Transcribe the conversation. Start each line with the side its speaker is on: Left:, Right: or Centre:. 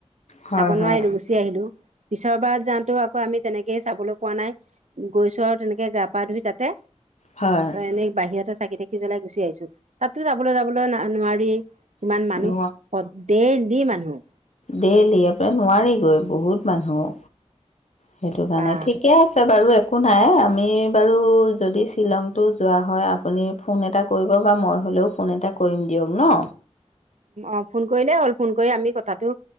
Left: হয়
Right: চাব নোৱাৰিলো
Left: হয়
Right: গুচি আহিলো। পিছৰবাৰ যাওটো আক আমি তেনেকেইে চাবলৈ পোৱা নাই গৈছো আৰু তেনেকে গা পা ধুই তাতে
Left: হয়
Right: এনেই বাহিৰতে চাকি তাকি জ্বলাই গুচি আহিছো তাতো যাবলৈ যাবলৈ না নোৱাৰি। কিমান
Left: ন
Right: মানুহ সদ দেহলি মানুহ।
Left: দেইলি ইয়াৰ পৰা নোৱাৰিগৈ বহুত মানুহ। সেইটো কাৰণে
Right: বা
Left: ঠিকে আছে বাৰু। একো নাই আমি বাৰু যদি শ্বিলংটো যোৱা হয়। আপুনি ফোন এটা কৰিব বা মই। হ'লেও ফোন এটা কৰিম দিয়ক ন।
Right: অ ফোন কৰিলেই হ'ল ফোন কৰি আমি কথাটো